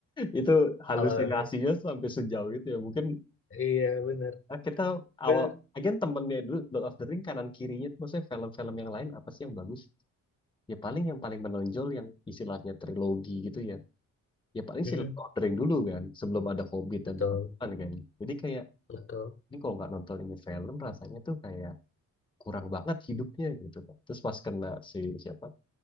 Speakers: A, on the left; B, on the left.
A: Itu halusinasinya
B: Kalau
A: sampai sejauh itu ya. Mungkin
B: iya bener,
A: ah, kita awal
B: bener.
A: Again temennya dulu Lord of the Ring kanan kirinya tuh maksudnya film-film yang lain apa sih yang bagus? ya paling yang paling menonjol yang istilahnya trilogi gitu ya ya paling
B: Mhm.
A: silent ordering dulu kan sebelum ada Hobbit
B: Betul,
A: dan teman-teman kan jadi kayak
B: betul.
A: ini kalau nggak nonton ini film rasanya tuh kayak kurang banget hidupnya gitu kan terus pas kena si siapa